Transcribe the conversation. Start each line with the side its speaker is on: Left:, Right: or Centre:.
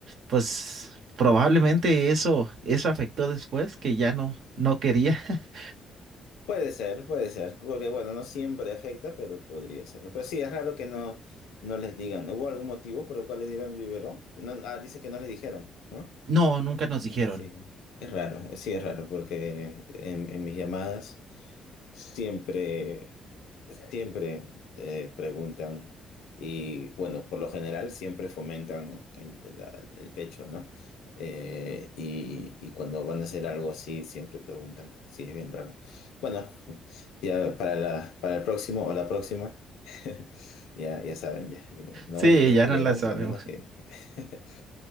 Right: pues, probablemente eso, eso afectó después, que ya no, no quería. <laughs>
Left: Puede ser, puede ser, porque bueno, no siempre afecta, pero podría serlo. Pero sí, es raro que no, no les digan. ¿Hubo algún motivo por el cual le dieron biberón? No, ah, dice que no le dijeron, ¿no?
Right: No, nunca
Left: Ah,
Right: nos dijeron.
Left: Sí, es raro, eh, sí es raro porque en, en mis llamadas siempre, siempre eh, preguntan y bueno, por lo general siempre fomentan el, la- el pecho, ¿no? Eh, y, y cuando van a hacer algo así siempre preguntan, sí, es bien raro. Bueno, ya para la, para el próximo o la próxima, <laughs> ya, ya saben, ya, eh, no
Right: Sí,
Left: le den
Right: ya
Left: biberón
Right: no la sabemos.
Left: a menos que... <laughs>